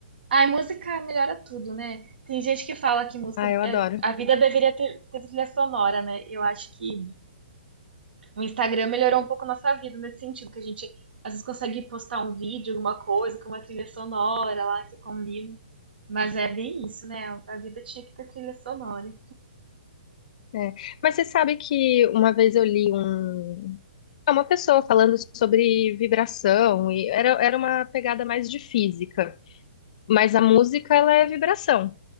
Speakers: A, on the right (about 75°); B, on the left (about 45°).
A: Ai, música melhora tudo, né? Tem gente que fala que música.
B: Ah, eu
A: é-
B: adoro.
A: A vida deveria ter, ter trilha sonora, né? Eu acho que O Instagram melhorou um pouco a nossa vida nesse sentido, que a gente às vezes consegue postar um vídeo, alguma coisa, com uma trilha sonora lá que combina. Mas é bem isso, né? A vida tinha que ter trilha sonora.
B: É. Mas você sabe que uma vez eu li um. é, Uma pessoa falando sobre vibração, e era, era uma pegada mais de física. Mas a música, ela é vibração.